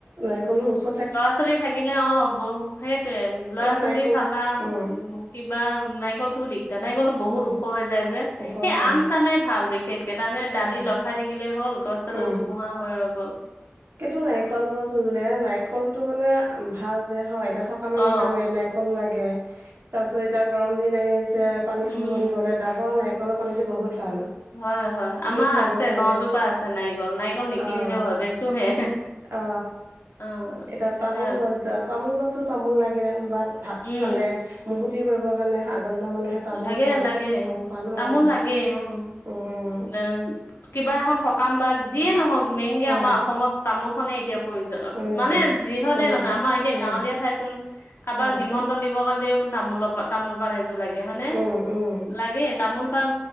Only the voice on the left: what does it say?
ল'ৰা ছোৱালী থাকিলে অ বহু সেইটোয়ে ল'ৰা
ছোৱালী
থকা উ।
কিবা নাৰিকলটো দিগদা নাৰিকলটো বহুত
ওখ হৈ যায় যে
সেই
আম চামেই ভাল বিশেষ। কে তানে দালি
লফাই থাকিলে হ'ল গছডালো
জোপোহা হৈ ৰ গ'ল।
অ
উম
উম
হয় হয়
আমাৰ
আছে
নজোপা আছে নাৰিকল নাৰিকল নিকিনিলেও
হয় বেচোহে।
অ
সে
উম
লাগে
লাগে
তামোল লাগে উম <inaudible>
কিবা এখন সকাম বা যিয়ে
নহওক মেইনকে
আমাৰ অসমত তামোলখনে এতিয়া। প্ৰয়োজ
মানে যিহতে
নহয় আমাৰ এতিয়া
গাঁৱলীয়া ঠাইতোন কাবাক
নিমন। তন দিব কাৰণেও তামোল পা তামোল পান এযোৰ লাগে হয় নে
লাগে তামোল। পান